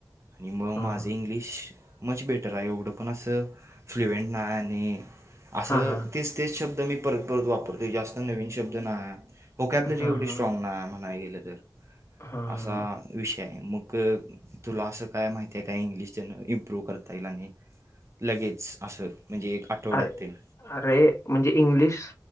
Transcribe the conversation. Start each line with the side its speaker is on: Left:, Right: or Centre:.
Right: आणि मग
Left: हां
Right: माझं
Left: हां
Right: इंग्लिश मच बेटर हाय, एवढं पण असं फ्लुएंट नाही आणि असं
Left: हां हां
Right: तेच -तेच शब्द मी परत- परत वापरतोय जास्त नवीन शब्द ना, होकॅबलरी
Left: हां
Right: एवढी
Left: हां हां
Right: स्ट्राग नाय म्हणाय गेल तर.
Left: हां
Right: असा विषय हाय मग. तुला असं काय माहिती आहे काय? इंग्लिश ज्यानं इम्प्रूव्ह करता येईल आणि लगेच असं- म्हणजे एक आठवड्यात
Left: अरे
Right: तेन.
Left: अरे, म्हणजे इंग्लिश-